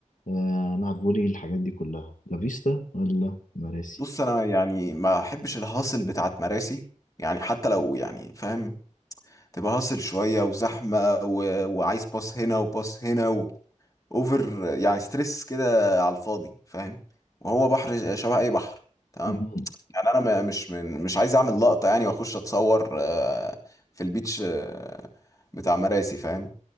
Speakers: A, on the left; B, on the left.
A: آه، نلعب فولي الحاجات دي كلها لافيستا ولا مراسي
B: بص انا يعني ما احبش الهاصل بتاعت مراسي يعني حتى لو يعني فاهم تبقى هاصل شويه وزحمه و... وعايز باص هنا وباص هنا و... اوفر يعني ستريس كده على الفاضي فاهم وهو بحر شبه اي بحر تمام
A: مهم.
B: يعني انا ما- مش من مش عايز اعمل لقطه يعني واخش اتصور آه، في البيتش آه، بتاع مراسي فاهم